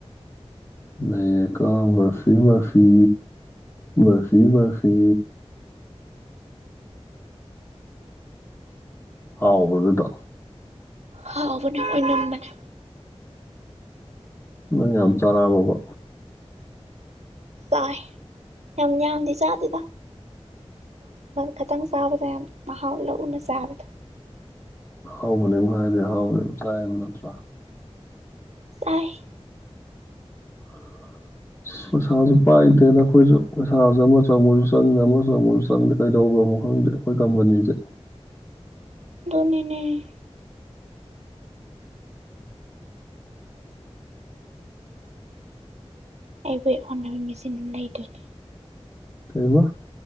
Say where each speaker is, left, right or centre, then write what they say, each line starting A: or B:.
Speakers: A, on the left; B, on the right.
A: ꯅꯩꯔꯦꯀꯣ ꯕꯔꯐꯤ ꯕꯔꯐꯤ ꯕꯔꯐꯤ ꯕꯔꯐꯤ ꯍꯥꯎꯕ꯭ꯔꯣ ꯗꯨꯗꯣ
B: ꯍꯥꯎꯕꯅꯦ ꯑꯣꯏꯅꯝꯕꯅꯦ
A: ꯅꯪ ꯌꯥꯝ ꯆꯥꯔꯕꯣꯕ
B: ꯆꯥꯏ ꯌꯥꯝ ꯌꯥꯝꯗꯤ ꯆꯥꯗꯦꯗ ꯈꯤꯇꯪ ꯆꯥꯕꯗ ꯌꯥꯝ ꯃꯍꯥꯎ ꯂꯧꯅ ꯆꯥꯕꯗ
A: ꯍꯥꯎꯕꯅꯦ ꯍꯥꯏꯗꯤ ꯍꯥꯎꯕꯅꯦ ꯑꯗꯨꯝ ꯆꯥꯏ ꯑꯃ ꯅꯠꯇ꯭ꯔꯥ
B: ꯆꯥꯏ
A: <inaudible> ꯑꯁ ꯄꯩꯁꯥꯁꯨ ꯄꯥꯏꯗꯦꯅ ꯅꯈꯣꯏꯁꯨ ꯄꯩꯁꯥꯁꯦ ꯑꯃ ꯆꯪꯉꯁꯨ ꯆꯪꯉꯦ ꯑꯃ ꯆꯪꯉꯁꯨ ꯆꯪꯗꯦ ꯀꯩꯗꯧꯕ꯭ꯔꯣ ꯈꯪꯗꯦ ꯑꯩꯈꯣꯏ ꯀꯝꯄꯅꯤꯁꯦ
B: ꯑꯗꯨꯅꯤꯅꯦ ꯑꯩꯕꯨ ꯍ ꯍꯣꯠꯅꯕ ꯃꯦꯆꯤꯟ ꯑꯃ ꯂꯩꯗꯣꯏꯅꯤ
A: ꯀꯩ ꯍꯥꯏꯕ